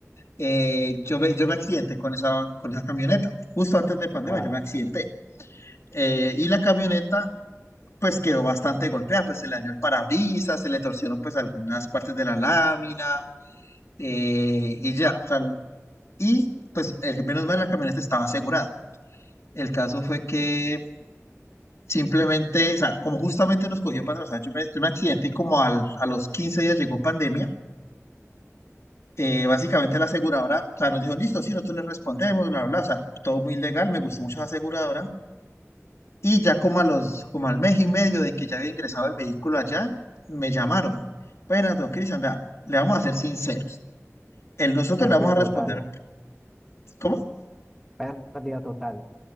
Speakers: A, on the left; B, in the centre.
A: Eh, yo me, yo me accidenté con esa, con esa camioneta. Justo antes de pandemia
B: Ah,
A: yo me accidenté. Eh, y la camioneta, pues quedó bastante golpeada, pues se le dañó el parabrisas, se le torcieron pues algunas partes de la lámina eh, y ya, o sea, y pues el, menos mal la camioneta estaba asegurada. El caso fue que simplemente, o sea, como justamente nos cogió para atrás, yo me- tuve un accidente y como al- a los 15 días llegó pandemia, eh, básicamente la aseguradora, o sea, nos dijo, listo, sí, nosotros le respondemos, bla, bla, bla, o sea, todo muy legal, me gustó mucho la aseguradora. Y ya como a los, como al mes y medio de que ya había ingresado el vehículo allá, me llamaron. Bueno, don Cristian, vea, le vamos a ser sinceros. El nosotros
B: pérdida
A: le vamos a
B: total.
A: responder, ¿cómo?
B: Pérdida total.